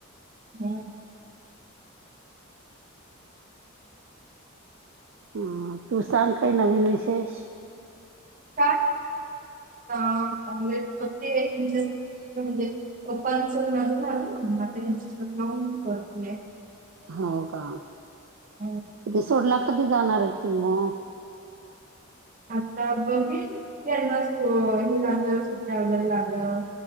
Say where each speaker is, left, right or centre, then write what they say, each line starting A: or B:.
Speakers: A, on the right; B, on the right.
A: हम्म
B: ह तू सांग काय नवीन विशेष
A: काय ऑमलेट करतेय म्हणजे पप्पांच माझं झालंता हच्यासोत लाून करतीय
B: हो का
A: हो
B: के सोडला कधी जाणार आहे तू मग
A: आता बघन त्यांनाच हे झालं सुक्यावर लालं